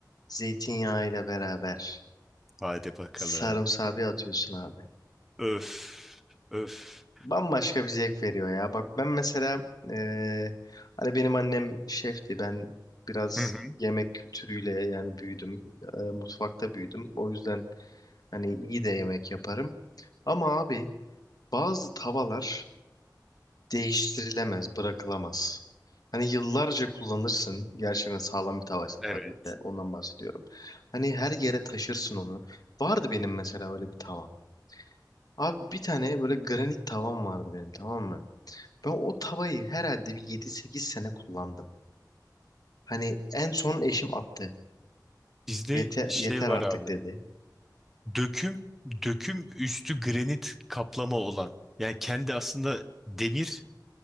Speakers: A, on the left; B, in the centre.
A: zeytinyağıyla beraber
B: Hadi bakalım.
A: sarımsağı bir atıyorsun abi.
B: Öf. Öf.
A: Bambaşka bir zevk veriyor ya. Bak ben mesela eee, hani benim annem şefti ben biraz
B: Hı hı.
A: yemek kültürüyle yani büyüdüm. Eee, mutfakta büyüdüm. O yüzden hani iyi de yemek yaparım. Ama abi bazı tavalar değiştirilemez, bırakılamaz. Hani yıllarca kullanırsın. Gerçekten sağlam bir tavaysa
B: Evet.
A: tabii ki de ondan bahsediyorum. Hani her yere taşırsın onu. Vardı benim mesela öyle bir tavam. Abi bir tane böyle granit tavam vardı benim tamam mı? Ben o tavayı herhalde bir yedi sekiz sene kullandım. Hani en son eşim attı.
B: Bizde
A: Yeter,
B: şey
A: yeter
B: var
A: artık
B: abi.
A: dedi.
B: Döküm, döküm üstü granit kaplama olan. Yani kendi aslında demir